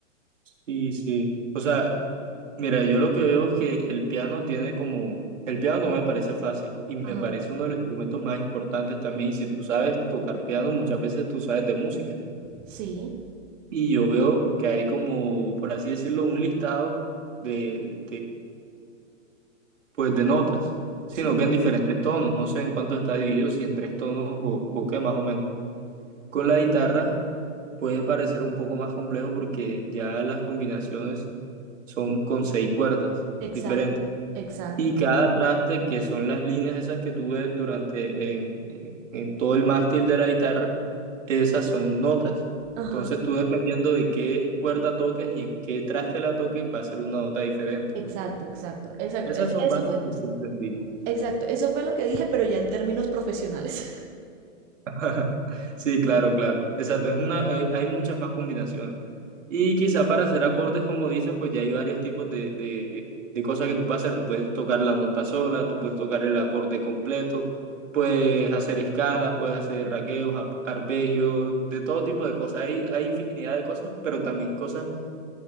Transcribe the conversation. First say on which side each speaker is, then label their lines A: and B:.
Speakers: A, on the right (about 80°); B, on the right (about 20°).
A: Sí, sí. O sea, mira, yo lo que veo es que el piano tiene como... El piano no me parece fácil y me
B: Ajá.
A: parece uno de los instrumentos más importantes también. Y si tú sabes tocar piano, muchas veces tú sabes de música.
B: Sí,
A: Y yo veo que hay como, por así decirlo, un listado de, pues de notas, sino
B: sí,
A: que en diferentes tonos, no sé en cuánto está dividido, si en tres tonos o, o qué más o menos. Con la guitarra puede parecer un poco más complejo porque ya las combinaciones son con seis cuerdas
B: exacto,
A: diferentes.
B: exacto.
A: Y cada traste, que son las líneas esas que tú ves durante en, en- en todo el mástil de la guitarra, esas son notas.
B: Ajá.
A: Entonces tú dependiendo de qué cuerda toques y en qué traste la toques, va a ser una nota diferente.
B: Exacto, exacto, exacto.
A: Esas
B: Es-
A: son
B: Eso
A: bases
B: fue,
A: que siempre envío.
B: Exacto, eso fue lo que dije, pero ya en términos profesionales.
A: <laughs> Sí, claro, claro. Exacto, es una, eh, hay muchas más combinaciones. Y quizá para hacer acordes, como dices, pues ya hay varios tipos de, de- de cosas que tú puedes hacer. Tú puedes tocar la nota sola, tú puedes tocar el acorde completo, puedes hacer escalas, puedes hacer raqueos, ap- arpegios, de todo tipo de cosas. Hay, hay infinidad de cosas, pero también cosas,